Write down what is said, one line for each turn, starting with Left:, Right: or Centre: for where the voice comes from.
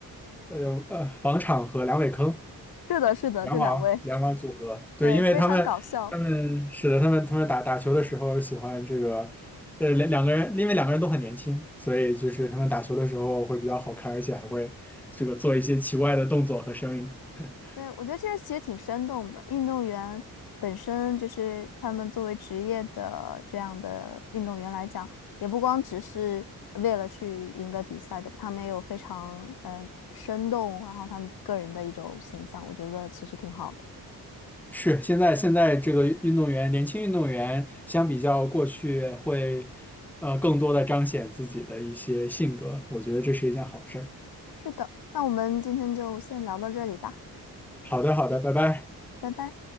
Centre: 呃呃呃王昶和梁伟铿。
Left: 是的，是的，
Centre: 羊王羊王组合，
Left: 这两位
Centre: 对，
Left: 对非常搞笑。
Centre: 因为他们他们是的，他们他们打打球的时候喜欢这个，呃，两两个人，因为两个人都很年轻，所以就是他们打球的时候会比较好看，而且还会这个做一些奇怪的动作和声音。<laughs>
Left: 对，我觉得这个其实挺生动的。运动员本身就是他们作为职业的这样的运动员来讲，也不光只是为了去赢得比赛，对吧？他们也有非常嗯、呃生动，然后他们个人的一种形象，我觉得其实挺好的。
Centre: 是，现在现在这个运动员，年轻运动员相比较过去会，呃，更多的彰显自己的一些性格，我觉得这是一件好事儿。
Left: 是的，那我们今天就先聊到这里吧，
Centre: 好的，好的，拜拜。
Left: 拜拜。